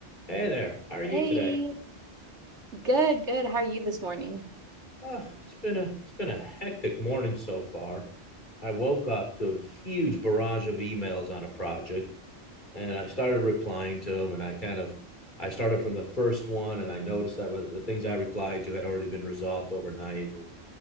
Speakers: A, on the left; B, on the right.
A: Hey there, how are you
B: Hey,
A: today?
B: good, good. How are you this morning?
A: Oh, it's been a it's been a hectic morning so far. I woke up to a huge barrage of emails on a project and I started replying to them and I kind of I started from the first one and I noticed that the things I replied to had already been resolved overnight and